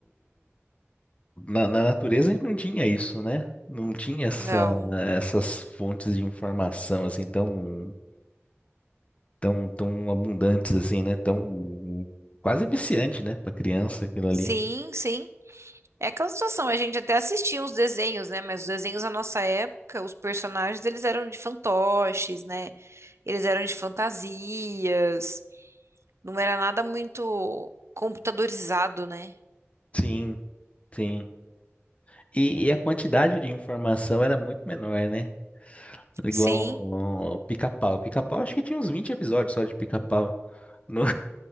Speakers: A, on the left; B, on the right.
A: Na, na natureza a gente não tinha isso, né? Não tinha essa,
B: Não.
A: essas fontes de informação assim tão, tão, tão abundantes assim, né? Tão quase viciante, né, para criança aquilo ali.
B: Sim, sim. É aquela situação, a gente até assistia uns desenhos, né? Mas os desenhos da nossa época, os personagens, eles eram de fantoches, né? Eles eram de fantasias. Não era nada muito computadorizado, né?
A: Sim, sim. E, e a quantidade de informação era muito menor, né? Igual
B: Sim,
A: ao Pica-Pau. Pica-Pau acho que tinha uns 20 episódios só de Pica-Pau. Não,